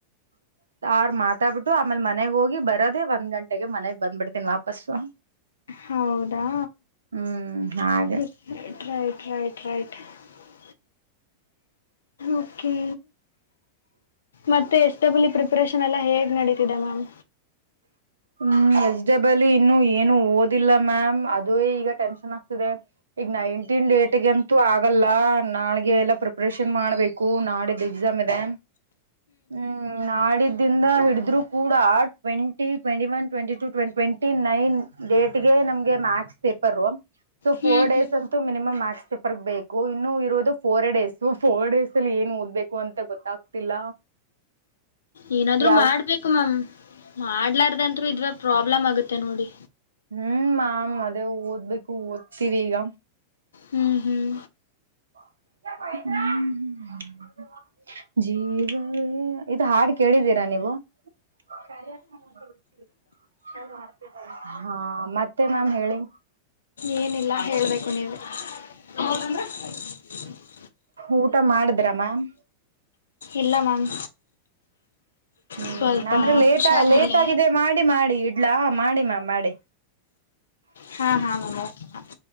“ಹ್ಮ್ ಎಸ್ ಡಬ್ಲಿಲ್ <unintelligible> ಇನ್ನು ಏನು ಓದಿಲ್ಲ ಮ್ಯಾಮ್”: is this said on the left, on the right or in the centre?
Right